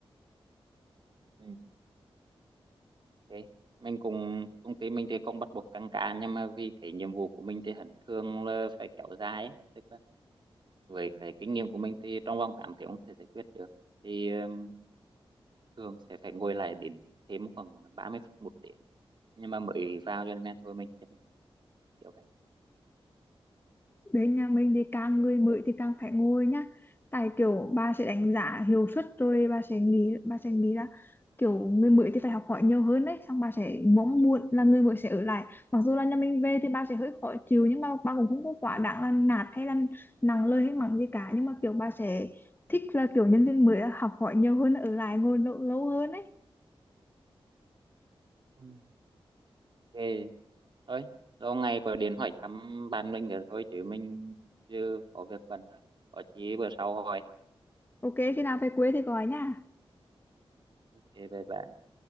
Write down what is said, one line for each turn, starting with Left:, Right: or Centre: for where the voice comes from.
Right: ừ. thế mình cùng công ty mình thì không bắt buộc tăng ca nhưng mà vì cái nhiệm vụ của mình thì hẳn thường là phải kéo dài ấy. tức là với cái kinh nghiệm của mình thì trong vòng 8 tiếng không thể giải quyết được thì ừm, thường sẽ phải ngồi lại điểm thêm khoảng 30 phút một tiếng nhưng mà mới vào cho nên thôi mình chấp nhận kiểu vậy
Left: bên nhà mình thì càng người mới thì càng phải ngồi nhá tại kiểu bà sẽ đánh giá hiệu suất rồi bà sẽ nghĩ bà sẽ nghĩ là kiểu người mới thì phải học hỏi nhiều hơn đấy xong bà sẽ mong muốn là người mới sẽ ở lại mặc dù là nhà mình về thì bà sẽ hơi khó chịu nhưng mà bà cũng không có quá đáng là nạt hay là nặng lời hay mắng gì cả nhưng mà kiểu bà sẽ thích là kiểu nhân viên mới là học hỏi nhiều hơn ở lại ngồi lâu, lâu hơn đấy
Right: Ừ. ok thôi lâu ngày có điện hỏi thăm bạn mình rồi thôi chứ mình chưa có việc bận thôi có chí bữa sau hỏi
Left: ok khi nào về quê thì gọi nha
Right: ok bye bye